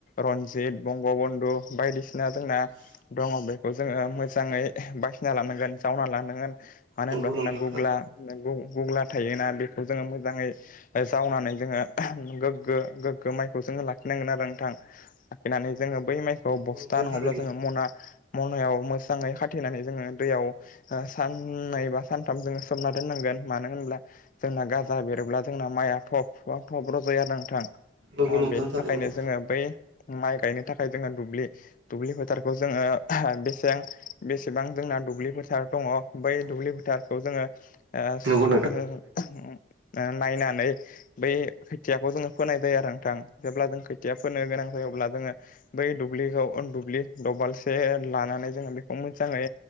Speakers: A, on the left (about 45°); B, on the right (about 70°).
A: रनजित बंग बन्धु बायदिसिना जोंना दङ बेखौ जोङो मोजाङै बासिना लानांगोन जावना लानांगोन मानो
B: नंगौ
A: होनोब्ला जोंना
B: नोंथां
A: गुग्ला गुग्ला थायोना बेखौ जोङो मोजाङै जावनानै जों ओ गोगो गोगो माइखौ जोङो लाखिनांगोन आरो नोंथां लाखिनानै जोङो बै माइखौ औ
B: थारैनो
A: बस्था नङाब्ला जोङो मना मनायाव मोजाङै खाथेनानै जोङो दैयाव ओ साननै बा सानथाम जोङो सोमना दोननांगोन । मानो होनब्ला जोंना गाजा बेरोब्ला जोंना माइआ थब थब रज'यो आरो नोंथां ।
B: नंगौ
A: ओ
B: नोंथां
A: बेनिथाखायनो
B: थारैनो
A: जोङो बै माइ गायनो थाखाय जोङो दुब्लि दुब्लि फोथारखौ जोङो बेसेयां बेसेबां जोंना दुब्लि फोथार दङ बै दुब्लि फोथारखौ जोङो ओ
B: नंगौ
A: उम ओ नायनानै बै खोथियाखौ जोङो फोनाय जायो आरो नोंथां जेब्ला जों खोथिया फोनो गोनां जायो अब्ला जोङो बै दुब्लिखौ दुब्लि दबालसे लानानै जोङो बेखौ मोजाङै